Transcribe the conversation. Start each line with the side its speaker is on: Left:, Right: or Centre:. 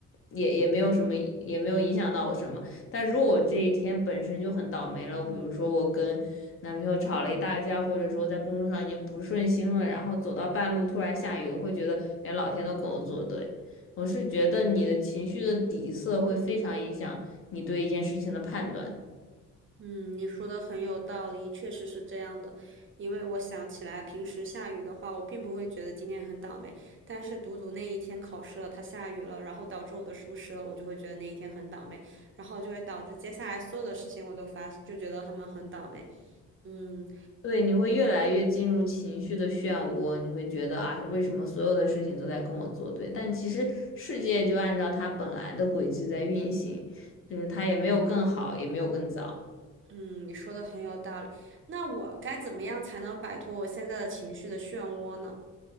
Left: 也也没有什么，也没有影响到我什么。但如果我这一天本身就很倒霉了，比如说我跟男朋友吵了一大架，或者说在工作上已经不顺心了，然后走到半路突然下雨，我会觉得连老天都跟我作对。我是觉得你的情绪的底色会非常影响你对一件事情的判断，
Right: 嗯，你说的很有道理，确实是这样的。因为我想起来，平时下雨的话，我并不会觉得今天很倒霉，但是独独那一天考试了，它下雨了，然后导致我的疏失了，我就会觉得那一天很倒霉，然后就会导致接下来所有的事情我都发，就觉得他们很倒霉。嗯
Left: 对，你会越来越进入情绪的漩涡，你会觉得啊，为什么所有的事情都在跟我作对？但其实世界就按照它本来的轨迹在运行，就是它也没有更好，也没有更糟。
Right: 嗯，你说的很有道理。那我该怎么样才能摆脱我现在的情绪的漩涡呢？